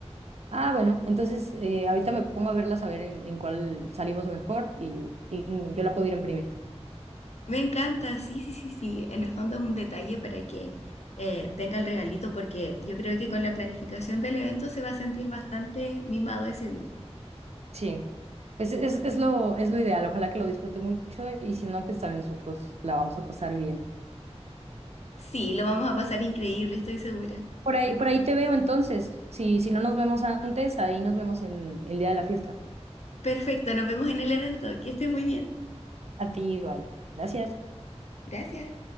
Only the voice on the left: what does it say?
Me encanta, sí, sí, sí, sí. En el fondo es un detalle para que eh, tenga el regalito porque yo creo que con la planificación del evento se va a sentir bastante mimado ese día.
Sí, lo vamos a pasar increíble, estoy segura.
Perfecto, nos vemos en el evento. Que estés muy bien.
Gracias.